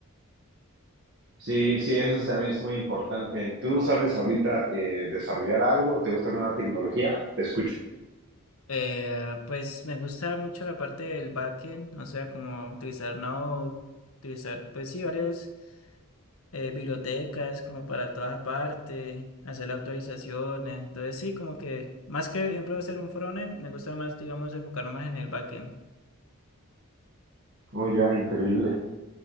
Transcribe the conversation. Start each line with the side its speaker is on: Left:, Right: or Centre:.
Right: Sí, sí, eso es- también es muy importante. ¿Tú sabes ahorita eh, desarrollar algo? ¿Te gusta alguna tecnología? Te escucho.
Left: Eh, pues me gusta mucho la parte del backend, o sea, como utilizar Node, utilizar, pues sí, varios eh, bibliotecas como para todas aparte, hacer la autorización, entonces sí, como que más que, por ejemplo, hacer un frontend, me gusta más, digamos, enfocarme más en el backend.
Right: Oh, ya, increíble.